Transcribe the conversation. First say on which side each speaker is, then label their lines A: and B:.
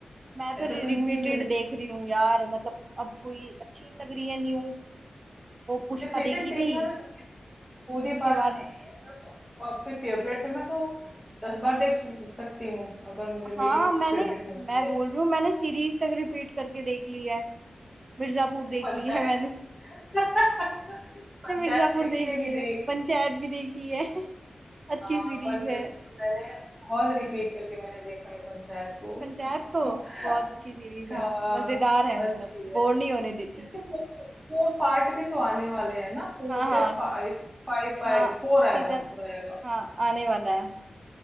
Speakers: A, on the right; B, on the right.
A: मैं तो
B: ऐसे
A: रिपीटेड
B: कोई मूवी ले लो
A: देख रही हूँ यार मतलब अब कोई अच्छी नहीं लग रही है न्यू वो पुष्पा
B: रिपीटेड
A: देखी
B: देखना
A: थी
B: भी पूरी बात
A: के बाद
B: नहीं है अगर वो आपकी फेवरेट है मैं तो दस बार देख सु- सकती हूँ अगर मुझे
A: हाँ
B: मेरी
A: मैंने
B: फेवरेट मूवी
A: मैं
B: है
A: बोल
B: तो
A: रही हूँ मैंने सीरीज तक रिपीट करके देख ली है मिर्जापुर देख
B: पंचायत
A: ली है मैंने
B: <laughs> पंचायत
A: ने मिर्जापुर
B: देखी
A: देख
B: है
A: ली
B: कि
A: है
B: नहीं
A: पंचायत भी देखी है <laughs> अच्छी
B: हाँ
A: सीरीज
B: पंचायत
A: है
B: तो मैंने बहुत रिपीट करके मैंने देखा है पंचायत को
A: पंचायत
B: <laughs>
A: को बहुत अच्छी सीरीज है
B: हाँ,
A: मजेदार है मतलब
B: अच्छी है
A: बोर नहीं होने देती
B: इसके फोर फोर पार्ट भी तो आने वाले हैं ना फोर्थ
A: हाँ
B: या
A: हाँ
B: फाइव फाइव आएगा
A: हाँ
B: फोर आएगा
A: सीजन
B: फोर आएगा
A: हाँ आने वाला है